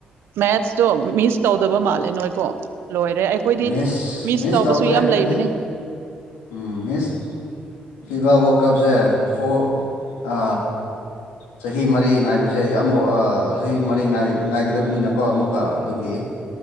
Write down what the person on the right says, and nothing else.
ꯃꯦꯠꯁꯇꯣ ꯃꯤꯁ ꯇꯧꯗꯕ ꯃꯥꯜꯂꯦ ꯅꯣꯏꯀꯣ ꯂꯣꯏꯔꯦ ꯑꯩꯈꯣꯏꯗꯤ
ꯃꯤꯁ ꯇꯧꯕꯁꯨ
ꯌꯥꯝ
ꯂꯩꯕꯅꯤ